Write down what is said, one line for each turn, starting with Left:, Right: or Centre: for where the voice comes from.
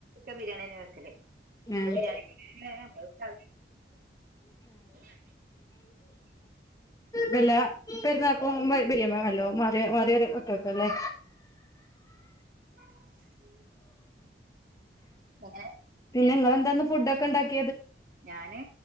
Right: <unintelligible> ബിരിയാണി, ന്ന്യാവെക്കല്.
Left: ആഹ്
Right: ബിരിയാണി ഒക്കെ <unintelligible> <unintelligible>
Left: വല്ല പെരുന്നാക്ക് മുമ്പ് ബിരിയമ ല്ലോ മാറി മാറിയാല് ഒട്ടക്കല്ലേ
Right: <unintelligible> എങ്ങനെ?
Left: പിന്നെ നിങ്ങളെന്താ ഇന്ന് ഫുഡ് ഒക്കെ ഉണ്ടാക്
Right: ഞാന്